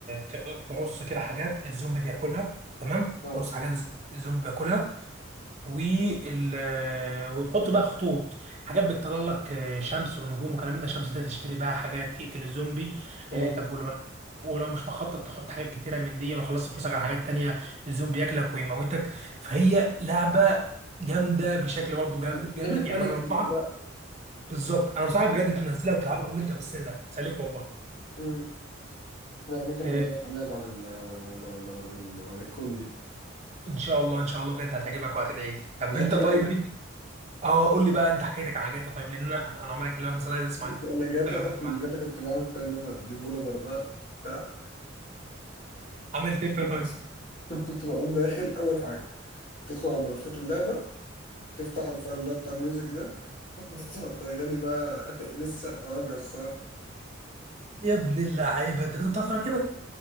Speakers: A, on the right (about 35°); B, on the left (about 45°).
A: ت- ترص كده حاجات الزومبي بياكلها تمام
B: اه
A: ترص حاجات الز- الزومبي بياكلها وال وتحط بقى خطوط حاجات بتطلع لك آه، شمس والنجوم وكلام من ده الشمس ده تشتري بقى حاجات تقتل الزومبي
B: اه
A: آه، طب ولو ولو مش مخطط تحط حاجات كتيره من دي وخلصت فلوسك على حاجات تانية الزومبي ياكلك ويموتك فهي لعبه جامده بشكل برضه جام-
B: بتعلمك
A: جامد
B: مانجمنت
A: يعني انا انصحك
B: بقى
A: بالظبط انا انصحك بجد تنزلها وتلعبها وانت في السن ده هتسليك والله
B: مم. لا ممكن
A: آه،
B: ابقى ادور عليها بعد ال بعد ال بعد الكول دي
A: ان شاء الله ان شاء الله بجد هتعجبك وهتدعي لي طب
B: لعبت
A: انت
B: جاتا
A: طيب ليك
B: <laughs>
A: اه قول لي بقى انت حكايتك عن جاتا طيب لان انا انا عمال اكلمك مثلا عايز اسمع
B: انا جاتا
A: تجربتك
B: جاتا كنت بعمل فيها ان انا ديفولبر بقى بتاع
A: عملت
B: <laughs>
A: ايه فيها طيب
B: كنت بقوم داخل اول حاجه تدخل على ملفات اللعبه تفتح الفايل اللي هو بتاع ميوزك ده <laughs> تحط اغاني بقى لسه وائل جسار <laughs>
A: يا ابن اللعيبه انت كنت بتعرف تعمل كده